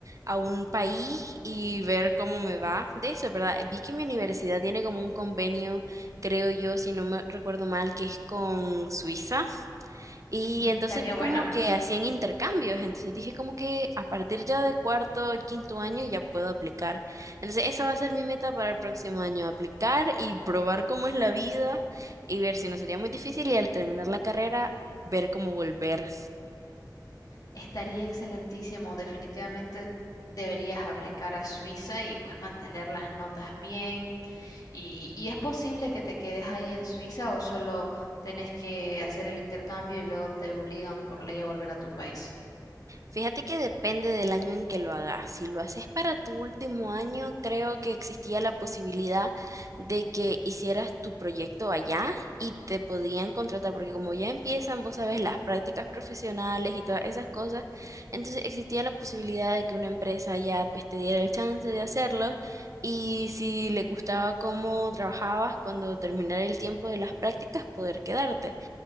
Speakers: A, on the right (about 45°); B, on the left (about 55°).
A: a un país y ver cómo me va de eso, ¿verdad? Vi que mi universidad tiene como un convenio, creo yo, si no me recuerdo mal, que es con Suiza. Y
B: Ujú,
A: entonces
B: Estaría
A: vi
B: bueno,
A: como que hacían intercambios, entonces dije como que a partir ya de cuarto, quinto año ya puedo aplicar. Entonces esa va a ser mi meta para el próximo año, aplicar y probar cómo es la vida y ver si no sería muy difícil y al terminar la carrera ver cómo volver.
B: estaría excelentísimo. Definitivamente deberías aplicar a Suiza y pues mantener las notas bien. ¿Y, y es posible que te quedes ahí en Suiza o solo tenés que hacer el intercambio y luego te obligan por ley a volver a tu país?
A: Fíjate que depende del año en que lo hagas. Si lo haces para tu último año, creo que existía la posibilidad de que hicieras tu proyecto allá y te podían contratar, porque como ya empiezan, vos sabes, las prácticas profesionales y todas esas cosas, entonces existía la posibilidad de que una empresa ya pues te diera el chance de hacerlo y si le gustaba cómo trabajabas cuando terminara el tiempo de las prácticas, poder quedarte.